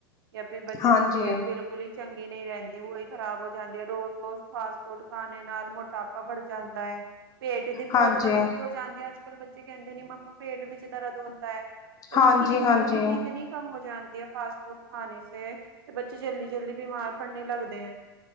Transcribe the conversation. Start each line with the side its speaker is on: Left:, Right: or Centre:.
Right: ਜਾਂ ਫੇਰ ਬੱਚੋ
Left: ਹਾਂਜੀ
Right: ਕੀ ਸਿਹਤ ਬਿਲਕੁਲ ਹੀ ਚੰਗੀ ਨਈ ਰਹਿੰਦੀ ਓਈ ਖ਼ਰਾਬ ਹੋ ਜਾਂਦੀ ਏ, ਰੋਜ਼- ਰੋਜ਼ ਫਾਸਟ ਫੂਡ ਖਾਨੇ ਨਾਲ ਮੋਟਾਪਾ ਬੜ ਜਾਂਦੈ। ਪੇਟ ਦੀ ਪ੍ਰੋਬਲਮ
Left: ਹਾਂਜੀ
Right: ਇਤਨੀ ਹੋ ਜਾਂਦੀ ਐ, ਅੱਜ- ਕੱਲ ਬੱਚੇ ਕਹਿੰਦੇ ਨੇ ਮੰਮਾ ਪੇਟ ਵਿੱਚ ਦਰਦ ਹੋਂਦੈ। ਤੇ
Left: ਹਾਂਜੀ
Right: ਉਨਕੀ ਇਮਊਨਿਟੀ
Left: ਹਾਂਜੀ
Right: ਇਤਨੀ ਕਮ ਹੋ ਜਾਂਦੀ ਐ ਫਾਸਟ ਫੂਡ ਖਾਨੇ ਸੇ, ਤੇ ਬੱਚੇ ਜਲਦੀ- ਜਲਦੀ ਬੀਮਾਰ ਪੜਨੇ ਲਗਦੇ ਐਂ।